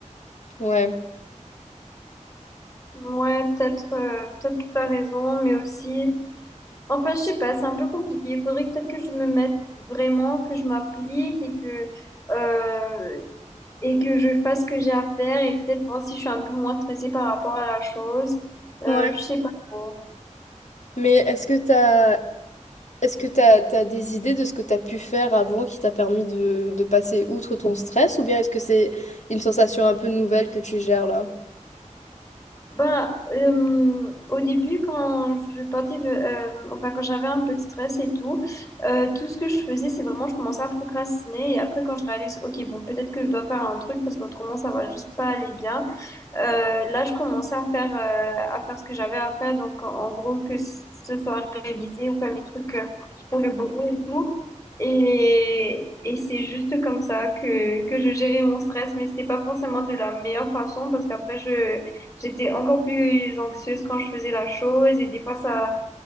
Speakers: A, on the left; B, on the left.
A: ouais.
B: Ouais, peut-être euh, peut-être que tu as raison, mais aussi. Enfin, je sais pas, c'est un peu compliqué. Il faudrait que- peut-être que je me mette vraiment, que je m'applique et que, euh, et que je fasse ce que j'ai à faire et peut-être voir si je suis un peu moins stressée par rapport à la chose. Euh,
A: Ouais.
B: je sais pas trop.
A: Mais est-ce que t'as est-ce que t'as, t'as des idées de ce que t'as pu faire avant qui t'a permis de, de passer outre ton stress, ou bien est-ce que c'est une sensation un peu nouvelle que tu gères là?
B: Ben, euh, au début, quand je partais, euh, enfin, quand j'avais un peu de stress et tout, euh, tout ce que je faisais, c'est vraiment, je commençais à procrastiner et après, quand je réalise, ok, bon, peut-être que je dois faire un truc parce qu'autrement, ça va juste pas aller bien. Euh, là, je commençais à faire, euh, à faire ce que j'avais à faire. Donc, en, en gros, que ce soit révisé ou faire mes trucs euh, pour le boulot et tout. Et, et c'est juste comme ça que, que je gérais mon stress. Mais c'était pas forcément de la meilleure façon parce qu'après, je, j'étais encore plus anxieuse quand je faisais la chose. Et des fois, ça,